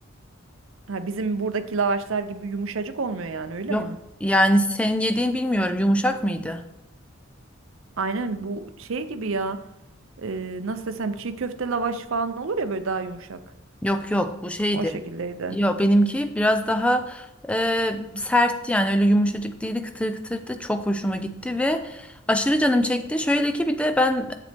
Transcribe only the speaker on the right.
Ha, bizim buradaki lavaşlar gibi yumuşacık olmuyor yani öyle
mi?
Aynen bu şey gibi ya. E, nasıl desem çiğ köfte lavaş falan olur ya böyle daha yumuşak.
O şekildeydi.